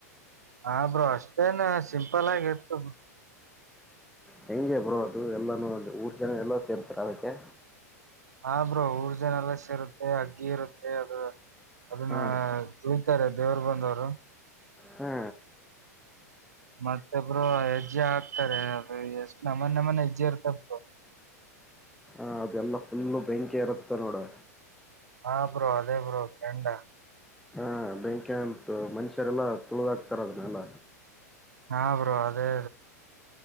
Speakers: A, on the right; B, in the centre.
A: ಹಾ ಬ್ರೋ ಅಷ್ಟೇನ್ ಸಿಂಪಲ್ ಆಗ ಇತ್ತು ಬ್ರೋ
B: ಹೆಂಗೆ ಬರೋದು ಎಲ್ಲಾನು ಅಲ್ಲಿ ಊರ್ ಜನ ಎಲ್ಲ ಸೇರ್ತಾರೆ ಅದಕ್ಕೆ
A: ಆ ಬ್ರೋ ಊರ ಜನೆ ಏಲ್ಲ ಸರುತ್ತೆ ಅಗ್ಗಿ ಇರುತ್ತೆ ಅದು ಅದನ್ನ
B: ಹಾ
A: ತುಳತಾರೆ ದೇವರು ಬಂದವರು
B: ಹಾ
A: ಮತ್ತೊ ಬ್ರೋ ಹೆಜ್ಜೆ ಹಾಕ್ತಾರೆ ಅದು ಎಷ್ಟು ನಮನ್ ನಮನ್ ಹೆಜ್ಜೆ ಇರ್ತಬ್ರೋ ಹ
B: ಹ ಅದೆಲ್ಲಾ ಫುಲ್ಲು ಬೆಂಕಿ ಇರುತ್ತ ನೋಡು
A: ಹಾ ಬ್ರೋ ಅದೇ ಬ್ರೋ ಕೆಂಡ
B: ಹ ಬ್ಯಾಂಕಂ ಮನುಷ್ಯರೆಲ್ಲಾ ತುಳದಾಗಕ್ತಾರ ಅದನ್ನೆಲ್ಲ
A: ಹಾ ಬ್ರೋ ಅದೇ